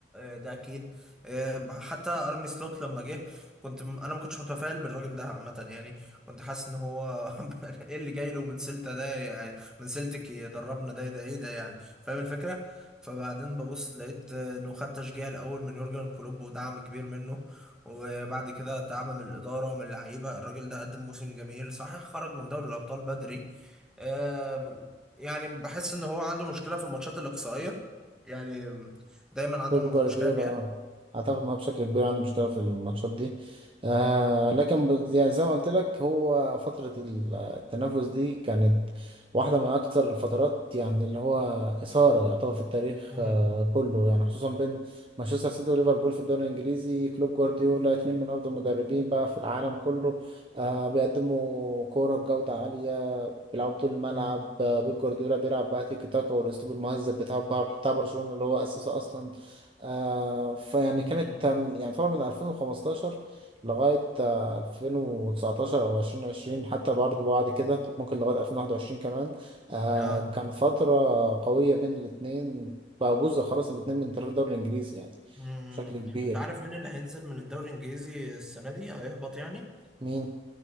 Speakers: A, in the centre; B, on the right (about 30°).
A: آه، ده اكيد آه، حتى ارني سلوت لما جه كنت م- انا ما كنتش متفائل بالراجل ده عامة يعني كنت حاسس ان هو <laughs> ايه اللي جاي له من سلتا ده يعني من سلتك يدربنا ده ده ايه ده يعني فاهم الفكرة فبعدين ببص لقيت آه، انه خد تشجيع الاول من يورجن كلوب ودعم كبير منه وبعد كده دعم من الإدارة ومن اللعيبة الراجل ده قدم موسم جميل صحيح خرج من دوري الأبطال بدري آم، يعني بحس إن هو عنده مشكلة في الماتشات الإقصائية يعني دايما عنده
B: بيب جوارديولا
A: مشكلة فيها
B: اه اعتقد انه بشكل كبير عنده مشكله في الماتشات دي آه لكن ب- يعني زي ما قلت لك هو فتره ال- التنافس دي كانت واحده من اكثر الفترات يعني اللي هو اثاره يعتبر في التاريخ
A: مم.
B: آه كله يعني خصوصا بين مانشستر سيتي وليفربول في الدوري الانجليزي كلوب جوارديولا اتنين من افضل المدربين بقى في العالم كله آه بيقدموا كوره بجوده عاليه بيلعبوا طول الملعب
A: مم.
B: آه، بيب جوارديولا بيلعب بقى تيكي تاكا والاسلوب المهذب بتاع بتاع برشلونة اللي هو اسسه اصلا آه فيعني
A: مم.
B: كانت آم، يعني طبعا من 2015 لغاية آه 2019 أو 2020 حتى برضه بعد كده ممكن لغاية 2021 كمان آه
A: اه
B: كان فترة قوية بين الاتنين بقى جزء خلاص الاتنين من تاريخ الدوري الإنجليزي يعني
A: مم.
B: بشكل كبير
A: انت عارف مين اللي هينزل من الدوري الانجليزي السنه دي هيهبط يعني
B: مين؟